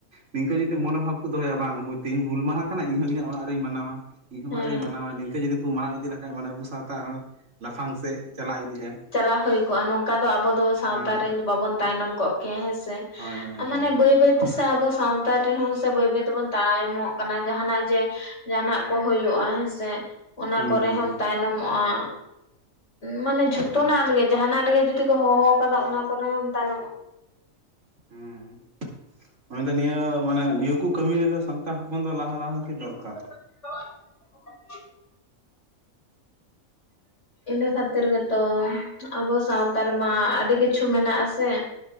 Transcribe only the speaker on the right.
ᱱᱤᱝᱠᱟᱹ ᱡᱩᱫᱤ ᱢᱚᱱᱳᱵᱷᱟᱵᱽ ᱠᱚ ᱫᱚᱦᱚᱭᱟ ᱵᱟᱝ ᱛᱮᱦᱮᱧ ᱦᱩᱞ ᱢᱟᱦᱟ ᱠᱟᱱᱟ ᱤᱧᱦᱚᱸ ᱤᱧᱟᱹᱜ ᱚᱲᱟᱜ ᱨᱤᱧ ᱢᱟᱱᱟᱣᱟ᱾ ᱤᱧᱦᱚᱸ
ᱚᱲᱟᱜ ᱨᱮᱧ ᱢᱟᱱᱟᱣᱟ ᱱᱤᱝᱠᱟᱹ ᱡᱩᱫᱤ ᱠᱚ ᱢᱟᱱᱟᱣ ᱤᱫᱤ ᱞᱮᱠᱷᱟᱡ ᱢᱟᱱᱮ ᱟᱵᱚ ᱥᱟᱶᱛᱟ ᱟᱨᱦᱚᱸ ᱞᱟᱯᱷᱟᱝ ᱥᱮᱫ ᱪᱟᱞᱟᱣ ᱤᱫᱤᱜᱼᱟ᱾
ᱦᱮᱸ
ᱦᱳᱭ ᱦᱳᱭ
ᱦᱳᱭ
ᱦᱩᱸ
ᱦᱩᱸ
ᱦᱩᱸ ᱦᱩᱸ
ᱦᱩᱸ᱾ ᱚᱱᱟᱫᱚ ᱱᱤᱭᱟᱹ ᱢᱟᱱᱮ ᱱᱤᱭᱟᱹ ᱠᱚ ᱠᱟᱹᱢᱤ ᱨᱮᱫᱚ ᱥᱟᱱᱛᱟᱲ ᱦᱚᱯᱚᱱ ᱫᱚ ᱞᱟᱦᱟ ᱞᱟᱦᱟ ᱜᱮ ᱫᱚᱨᱠᱟᱨ᱾
<inaudible>